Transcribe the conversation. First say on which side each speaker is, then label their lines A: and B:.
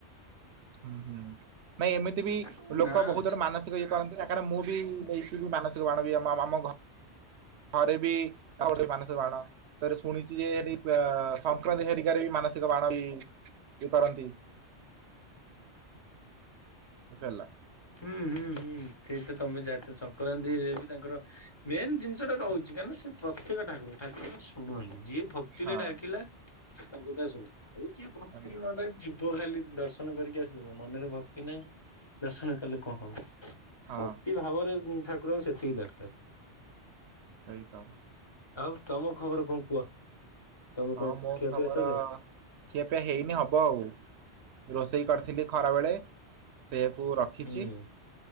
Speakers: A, on the right; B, on the left.
A: ହୁଁ ହୁଁ ନାଇଁ ଏମିତି ବି
B: ତାଙ୍କର
A: ଲୋକ
B: ନାଁ
A: ବହୁତ
B: ଅଛି।
A: <unintelligible> ମାନସିକ ଇଏ କରନ୍ତି ନା କାରଣ ମୁଁ ବି ନେଇ ମାନସିକ ମାଣବ ବି ଆମ ଆମ ଘ ଥରେ ବି ଆଉ ଗୋଟେ ମାନସ ବାଣ ତାର ଶୁଣିଛି ଯେ ହେଠି ଆ ସଂକ୍ରାନ୍ତି ହରିକାରେ ବି ମାନ ବାଣ ଇଏ କରନ୍ତି। ଫେରିଲା।
B: ହୁଁ ହୁଁ ହୁଁ ସେଇ ତ ତମେ ଜାଣିଛ ସଂକ୍ରାନ୍ତିରେ ବି ତାଙ୍କର ମେନ୍ ଜିନିଷ ସେଟେ ରହୁଛି କାହିଁକିନା ସେ ପ୍ରତ୍ୟେକ ଠାକୁର ଠାକୁର ଶୁଣୁନ୍ତି ଯିଏ ଭକ୍ତିରେ
A: ହଁ
B: ଡାକିଲା ତାଙ୍କୁ କଥା ଶୁଣ ଆଉଜି ଭକ୍ତିରେ
A: ମାନେ
B: ନ ଡାକିଛି ଯି ପୁଅ ଖାଲି ଦର୍ଶନ କରିକି ଆସିବ ମନରେ ଭକ୍ତି ନାହିଁ ଦର୍ଶନ ତାହଲେ କଣ ହବ
A: ହଁ
B: ଭକ୍ତି ଭାବରେ ଠାକୁରଙ୍କୁ ସେତିକି ଦରକାର
A: ସେଇତ
B: ଆଉ ତମ ଖବର କଣ କୁହ ତମେ
A: ହଁ
B: କଣ
A: ମୋ
B: ଖିଆପିଆ
A: ଖବର
B: ସଇଲା
A: ଖିଆପିଆ ହେଇନି ହେବ ଆଉ ରୋଷେଇ କରିଥିଲି ଖରାବେଳେ ସେୟାକୁ ରଖିଛି।
B: ହୁଁ